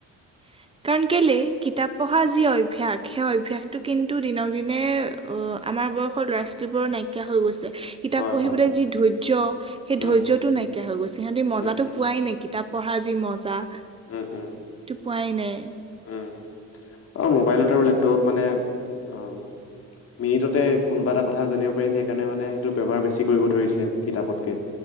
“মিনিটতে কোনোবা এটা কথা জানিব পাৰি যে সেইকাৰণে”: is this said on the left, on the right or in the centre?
Left